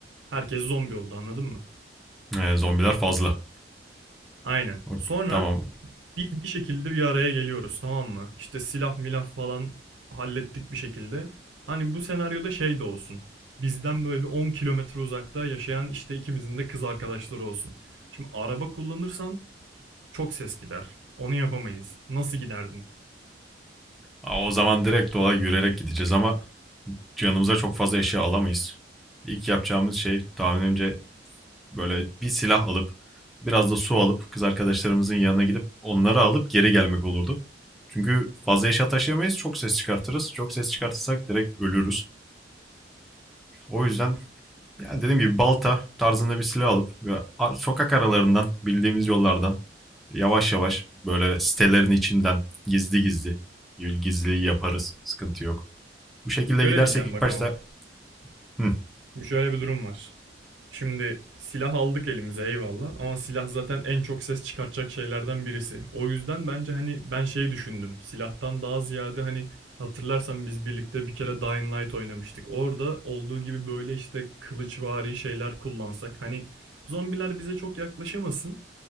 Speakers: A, on the right; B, in the centre.
A: herkes zombi oldu anladın mı?
B: e, zombiler fazla.
A: Aynen.
B: Ok,
A: Sonra
B: Tamam.
A: Biz bir şekilde bir araya geliyoruz tamam mı? İşte silah milah falan hallettik bir şekilde. Hani bu senaryoda şey de olsun. Bizden böyle bir 10 kilometre uzakta yaşayan işte ikimizin de kız arkadaşları olsun. Şimdi araba kullanırsan çok ses gider. Onu yapamayız. Nasıl giderdin?
B: O zaman direkt olay yürüyerek gideceğiz ama yanımıza çok fazla eşya alamayız. İlk yapacağımız şey tahminimce Böyle bir silah alıp biraz da su alıp kız arkadaşlarımızın yanına gidip onları alıp geri gelmek olurdu. Çünkü fazla eşya taşıyamayız. Çok ses çıkartırız. Çok ses çıkartırsak direkt ölürüz. O yüzden yani dediğim gibi balta tarzında bir silah alıp ve sokak aralarından bildiğimiz yollardan yavaş yavaş böyle sitelerin içinden gizli gizli gizliyi yaparız. Sıkıntı yok. Bu şekilde
A: Şöyle
B: gidersek
A: diyeceğim
B: ilk
A: bak
B: başta
A: ama.
B: "Hı,
A: Şimdi şöyle bir durum var. Şimdi silah aldık elimize eyvallah ama silah zaten en çok ses çıkartacak şeylerden birisi. O yüzden bence hani ben şey düşündüm. Silahtan daha ziyade hani hatırlarsan biz birlikte bir kere Dying Light oynamıştık. Orada olduğu gibi böyle işte kılıçvari şeyler kullansak. Hani zombiler bize çok yaklaşamasın